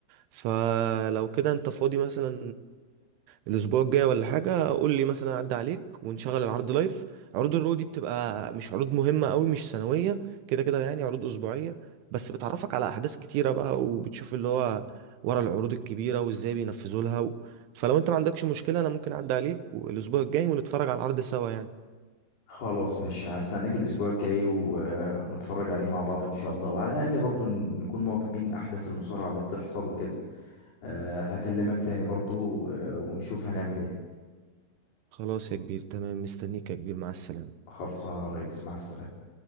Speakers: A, on the right (about 80°); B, on the left (about 55°).
A: فلو كده انت فاضي مثلا الاسبوع الجاي ولا حاجه قول لي مثلا عدى عليك ونشغل العرض لايف عروض الرو دي بتبقى مش عروض مهمه قوي مش سنويه كده كده يعني عروض اسبوعيه بس بتعرفك على احداث كتيره بقى وبتشوف اللي هو ورا العروض الكبيره وازاي بينفذوا لها و... فلو انت ما عندكش مشكله انا ممكن اعدي عليك الاسبوع الجاي ونتفرج على العرض سوا يعني
B: خلاص مش هستناك الاسبوع الجاي ونتفرج عليه مع بعض ان شاء الله وعلى الاقل برضو ن- نكون مواكبين احداث المصارعة اللي بتحصل وكده أه هكلمك تاني برضو و- ونشوف هنعمل ايه
A: خلاص يا كبير تمام مستنيك يا كبير مع السلامه
B: خلصانه يا ريس مع السلامة